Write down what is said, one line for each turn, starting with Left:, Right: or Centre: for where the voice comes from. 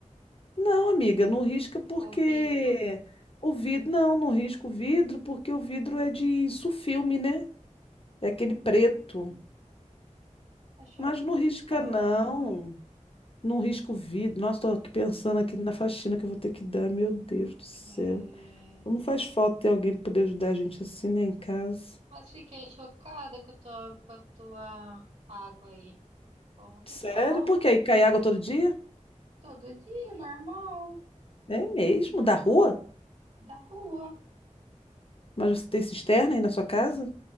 Left: Não, amiga, não risca porque
Right: o vidro?
Left: o vidro. Não, não risca o vidro porque o vidro é de sulfilme, né? É aquele
Right: Hum,
Left: preto.
Right: achava
Left: Mas
Right: que
Left: não risca,
Right: riscava.
Left: não. Não risca o vidro. Nossa, tô aqui pensando aqui na faxina que eu vou ter que dar. Meu Deus do céu.
Right: É.
Left: Como faz falta ter alguém para poder ajudar a gente assim, né, em casa?
Right: Mas fiquei chocada com a tua, com a tua água aí. Como que
Left: Sério?
Right: pode?
Left: Por quê? Aí cai água todo dia?
Right: Todo dia, normal.
Left: É mesmo?
Right: hum, Normal.
Left: Da rua?
Right: Da rua.
Left: Mas você tem cisterna aí na sua casa?